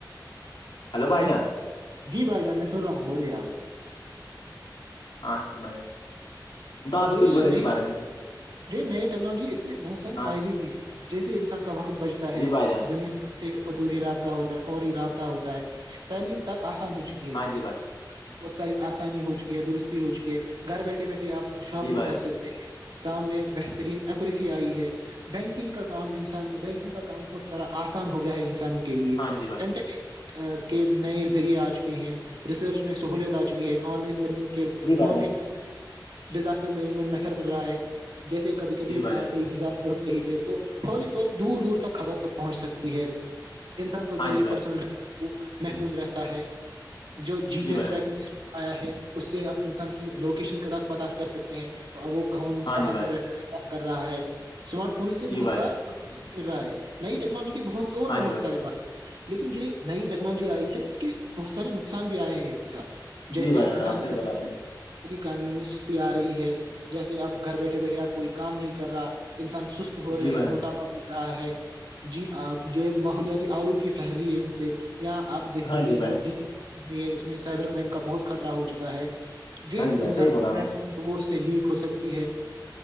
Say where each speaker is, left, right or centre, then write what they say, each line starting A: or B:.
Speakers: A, on the left; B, on the right.
A: بھائی
B: جی
A: جان
B: جی بھائی جان میں سن رہا ہوں بولیے آپ
A: اچھا بھائی جان تو آپ بھی
B: جو
A: کچھ
B: یہ
A: بولے
B: نئی
A: اسی بارے میں
B: جی نئی ٹیکنالج اس سے بہت سے
A: ہاں
B: فائدے بھی ہے جیسے انسان کا وقت بچتا ہے
A: جی بھائی جان
B: دنیا سے فطوری رابطہ ہوتا ہے فوری رابطہ ہوتا ہے تعلیم تک آسان ہو چکی ہے
A: ہاں
B: اس
A: جی
B: سے
A: بھائی
B: بہت ساری آسانی ہو چکی ہے درستی ہو چکی ہے گھر بیٹھے بیٹھے آپ شاپنگ
A: جی بھائی
B: کر
A: جان
B: سکتے کام میں بہترین ایککریسی آئی ہے بینکنگ کا کام انسان بینکنگ کا کام بہت سارا آسان ہو گیا ہے انسانوں کے کے لیے
A: ہاں جی بھائی
B: این کے نئے ذریعے آ چکے ہیں ریسرچ میں سہولت آ چکی ہے آن لائن ارننگ کہ
A: جی بھائی
B: موقے
A: جان
B: ملتے ڈیزاسٹر مینجمنٹ میتھڈ میں رہا ہے جیسے کبھی کبھی
A: جی بھائی جان
B: کوئی ڈیزاسٹر کہیں پہ تو فوری طور دور دور تک خبر تک پہنچ سکتی ہے انسان کو
A: ہاں
B: جو
A: جی
B: یہ
A: بھائی
B: پرسنل محفوظ رہتا ہے جو جی پی ایس
A: بھائی
B: ٹریکنگ
A: جان
B: آیا ہے اس سے آپ انسان کی لوکیشن کا پتاہ کر سکتے ہیں وہ کون
A: ہاں
B: کہاں
A: جی بھائی
B: پہ بیٹھ رہا ہے کیا کر رہا ہے اسمارٹ فون سے
A: جی
B: بہت
A: بھائی
B: سارا
A: جان
B: م رہا ہے نئی ٹیکنالوجی کے بہت اور
A: ہاں
B: بھی بہت
A: جی بھائی
B: سارے فائدے ہیں، لیکن جو نئی ٹیکنالوجی آئی ہے اس کے بہت سارے نقصان بھی آئے ہیں اس کے ساتھ جیسے
A: جی بھائی جان
B: انسانی
A: ہاں صحیح بولا آپ نے
B: کاموں میں سستی آ رہی ہے جیسے اپ گھر بیٹھے بیٹھے آپ کوئی کام نہیں کر رہا انسان سست ہو رہے
A: جی بھائی
B: ہیں موٹاپا
A: جان
B: بھ رہا ہے جی جو ماحولیاتی آلودگی پھیہر رہی ہے ان سے یہاں آپ دیکھ سکتے
A: ہاں جی
B: ہیں
A: بھائی
B: جو ڈ ہے اس میں سائبر کرائم کا بہت خطرہ ہو چکا ہے جو
A: ہاں جی
B: انسان
A: بھائی صحیح بولا
B: جو
A: آپ
B: پ
A: نے
B: وہ اس سے لیک ہو سکتی ہے